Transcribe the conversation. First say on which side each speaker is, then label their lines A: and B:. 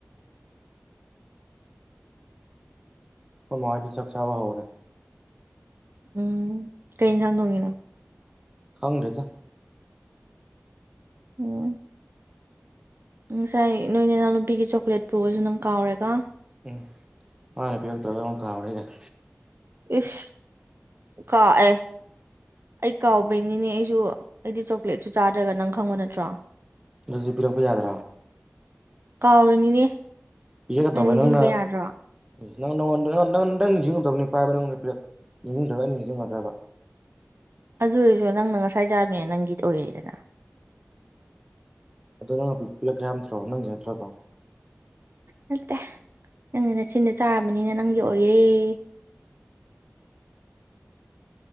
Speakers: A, on the right (about 20°); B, on the right (about 65°).
A: ꯐꯩꯈꯣꯏ ꯃꯥ ꯍꯣꯏꯗꯤ ꯆꯥꯛ ꯆꯥꯕ ꯍꯧꯍꯧꯔꯦ
B: ꯎꯝ ꯀꯩ ꯏꯟꯁꯥꯡ ꯊꯣꯡꯉꯤꯅꯣ
A: ꯈꯪꯗꯦꯗ
B: ꯑꯣ ꯉꯁꯥꯏ ꯅꯣꯏ ꯅꯅꯥꯎ ꯅꯨꯄꯤꯒꯤ ꯆꯣꯀ꯭ꯂꯦꯠ ꯄꯨꯕꯁꯨ ꯅꯪ ꯀꯥꯎꯔꯦꯀꯣ
A: ꯎꯝ ꯃꯥꯅ ꯄꯤꯔꯛꯇ꯭ꯔꯒ ꯑꯩꯉꯣꯟ ꯀꯥꯎꯔꯦꯀꯥꯏ
B: ꯏꯁ ꯀꯥ ꯑꯦ ꯑꯩ ꯀꯥꯎꯕꯩꯅꯤꯅꯦ ꯑꯩꯁꯨ ꯑꯩꯗꯤ ꯆꯣꯀ꯭ꯂꯦꯠꯁꯨ ꯆꯥꯗ꯭ꯔꯒ ꯅꯪ ꯈꯪꯕ ꯅꯠꯇ꯭ꯔꯣ
A: ꯑꯗꯨꯗꯤ ꯄꯤꯔꯛꯄ ꯌꯥꯗ꯭ꯔꯥ
B: ꯀꯥꯎꯔꯤꯅꯤꯅꯦ
A: <unintelligible>
B: ꯅꯪ
A: ꯇꯧꯕ
B: ꯅꯤꯡꯁꯤꯡꯕ
A: ꯅꯪꯅ
B: ꯌꯥꯗ꯭ꯔꯣ
A: ꯎ ꯅꯪꯉꯣꯟ ꯅꯪ ꯅꯤꯡꯁꯤꯡꯉꯗꯕꯅꯤ ꯄꯥꯏꯕ ꯅꯪ ꯅꯤꯡꯁꯤꯡ꯭ꯔꯒ ꯑꯩ ꯅꯤꯡꯁꯤꯡꯒꯗ꯭ꯔꯕ
B: ꯑꯗꯨ ꯑꯣꯏꯔꯁꯨ ꯅꯪꯅ ꯉꯁꯥꯏ ꯆꯥꯕꯅꯤꯅ ꯅꯪꯒꯤ ꯑꯣꯏꯔꯦꯗꯅ
A: ꯑꯗꯣ ꯅꯪ ꯑꯄꯤꯛ <unintelligible> ꯇ꯭ꯔꯣ ꯅꯪꯒꯤ ꯅꯠꯇ꯭ꯔꯣ ꯑꯗꯣ
B: ꯅꯠꯇꯦ ꯅꯪ ꯅꯆꯤꯟꯗ ꯆꯥꯔꯕꯅꯤꯅ ꯅꯪꯒꯤ ꯑꯣꯏꯔꯦ